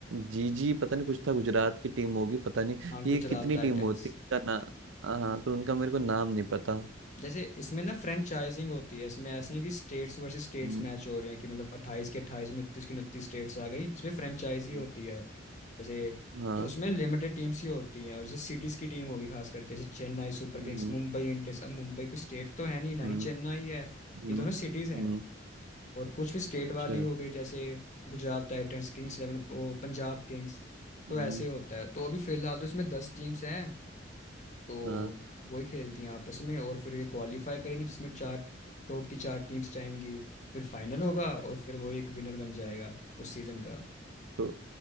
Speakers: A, on the right; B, on the left.
A: जीजी पता नहीं कुछ था गुजरात की टीम होगी पता नहीं
B: हाँ
A: ये
B: गुजरात
A: कितनी
B: टाइटंस
A: टीम होती है इनका ना हाँ तो उनका मेरे को नाम नहीं पता
B: जैसे इसमें ना फ्रेंचाइजिंग होती है इसमें ऐसा नहीं कि स्टेट्स वर्सेस स्टेट्स
A: हम्म
B: मैच हो रहे हैं कि मतलब अट्ठाईस के अट्ठाईस उनतीस की उनतीस स्टेट्स आ गई इसमें फ्रेंचाइजी
A: हम्म,
B: होती है जैसे
A: हाँ
B: तो उसमें लिमिटेड टीम्स ही होती हैं और जैसे सिटीज़ की टीम होगी खास करके जैसे Chennai Super Kings
A: हम्म
B: Mumbai Indians अब मुंबई कोई स्टेट तो है नहीं ना
A: हम्म
B: ही चेन्नई है
A: हम्म
B: ये दोनों सिटीज़ हैं
A: हम्म,
B: और कुछ भी स्टेट
A: अच्छा
B: वाली हो गई जैसे गुजरात टाइटंस किंग्स इलेवन वो पंजाब किंग्स
A: हम्म,
B: तो ऐसे होता है तो अभी फिलहाल तो इसमें दस टीम्स हैं तो
A: हाँ
B: वही खेलती हैं आपस में और फिर ये क्वालिफाई करेंगी जिसमें चार टॉप की चार टीम्स जाएंगी फिर फाइनल होगा और फिर वो एक विनर बन
A: हम्म।
B: जाएगा उस सीज़न का
A: तो